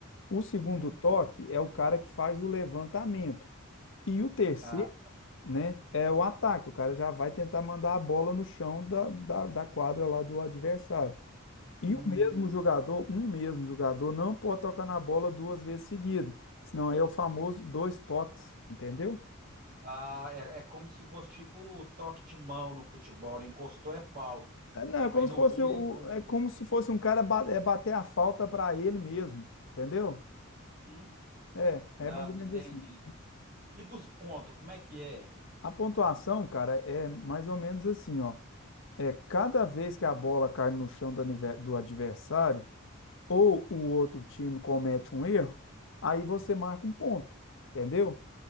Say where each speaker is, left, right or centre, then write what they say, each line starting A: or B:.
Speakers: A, on the left; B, on the right.
A: O segundo
B: Uhum.
A: toque é o cara que faz o levantamento. E o terceiro
B: Ah,
A: né? É o ataque. O cara já vai tentar mandar a bola no chão da, da, da quadra lá do adversário.
B: hum,
A: E o mesmo jogador, um mesmo jogador, não pode tocar na bola duas vezes seguidas. Senão aí é o famoso dois toques, entendeu?
B: ah, é, é como se fosse tipo toque de mão no futebol, né? Encostou é falta.
A: É, Não, é como
B: Aí no
A: se fosse
B: vôlei
A: o,
B: é ponto.
A: é como se fosse um cara ba- é, bater a falta para ele mesmo, entendeu?
B: Hum?
A: É, é
B: Não,
A: mais ou
B: entendi.
A: menos assim.
B: E dos pontos, como é que é?
A: A pontuação, cara, é mais ou menos assim, ó. É cada vez que a bola cai no chão do anive- do adversário ou o outro time comete um erro, aí você marca um ponto, entendeu?